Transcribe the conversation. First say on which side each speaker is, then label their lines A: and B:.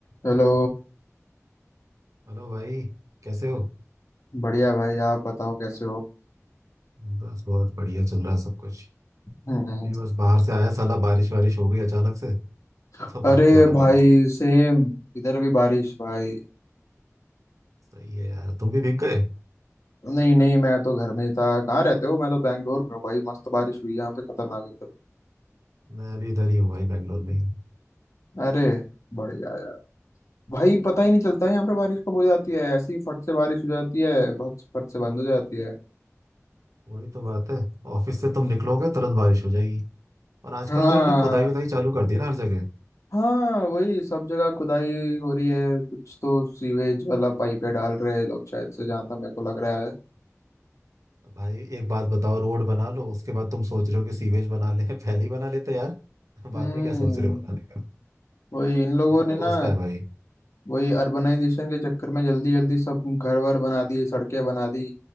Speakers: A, on the left; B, on the right.
A: Hello
B: Hello भाई कैसे हो
A: बढ़िया भाई आप बताओ कैसे हो
B: बस बहुत बढ़िया चल रहा है सब कुछ
A: हम्म
B: अभी बस बाहर से आया साला बारिश वारिश हो गई अचानक से
A: अरे
B: तो भाग के आना
A: भाई
B: पड़ा
A: सेम इधर भी बारिश भाई
B: सही है यार तुम भी भीग गए
A: नहीं नहीं मैं तो घर में ही था कहाँ रहते हो मैं तो बैंगलोर में हूँ भाई मस्त बारिश हुई यहाँ पे खतरनाक एकदम
B: मैं अभी इधर ही हूँ भाई बैंगलोर में ही हूँ।
A: अरे बढ़िया यार भाई पता ही नहीं चलता है यहाँ पे बारिश कब हो जाती है ऐसी फट से बारिश हो जाती है फट फट से बंद हो जाती है
B: वही तो बात है ऑफिस से तुम निकलोगे तुरंत बारिश हो जाएगी और आजकल
A: हाँ
B: तो इनने खुदाई उदाई चालू कर दी ना हर जगह
A: हाँ वही सब जगह खुदाई हो रही है कुछ तो सीवेज वाला पाइप डाल रहे हैं लोग शायद से जहाँ तक मेरे को लग रहा है
B: भाई एक बात बताओ रोड बना लो उसके बाद तुम सोच रहे हो कि सीवेज बना ले <laughs> पहले ही बना लेते यार
A: हम्म
B: बाद में क्या सोच रहे हो बनाने का
A: वही इन लोगों
B: यहाँ
A: ने
B: तो रोज
A: ना
B: का है भाई
A: वही अर्बनाइजेशन के चक्कर में जल्दी जल्दी सब घर वर बना दिए सड़कें बना दी